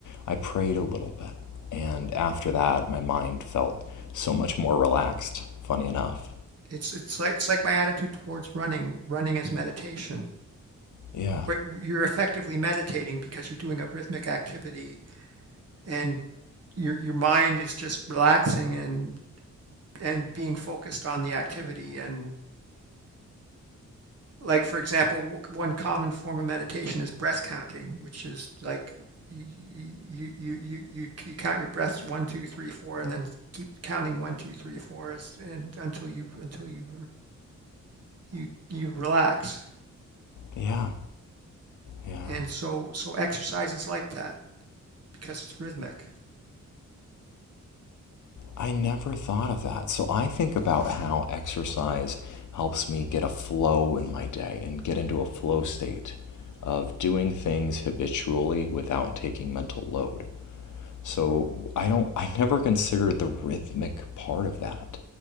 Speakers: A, on the left; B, on the right.
A: I prayed a little bit, and after that, my mind felt so much more relaxed, funny enough.
B: It's it's like it's like my attitude towards running. Running is meditation.
A: Yeah,
B: What you're effectively meditating because you're doing a rhythmic activity, and your your mind is just relaxing and and being focused on the activity and like for example one common form of meditation is breath counting which is like you you you you, you count your breaths one two three four and then keep counting one two three four and until you until you you you relax
A: yeah, yeah.
B: and so so exercise is like that because it's rhythmic
A: I never thought of that. So I think about how exercise helps me get a flow in my day and get into a flow state of doing things habitually without taking mental load. So I don't I never consider the rhythmic part of that.